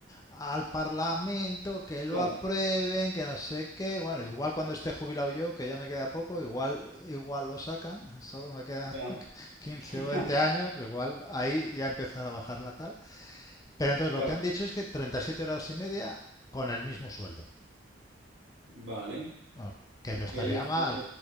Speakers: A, on the left; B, on the right.
A: al Parlamento, que lo
B: Claro,
A: aprueben, que no sé qué. Bueno, igual cuando esté jubilado yo, que ya me queda poco, igual, igual lo sacan, solo me quedan
B: ya,
A: <laughs> 15
B: <laughs>
A: o 20 años, igual ahí ya empezará a bajar la tal. Pero entonces
B: claro.
A: lo que han dicho es que 37 horas y media con el mismo sueldo,
B: Vale,
A: No, que
B: ok,
A: no estaría
B: ok,
A: mal,
B: ok.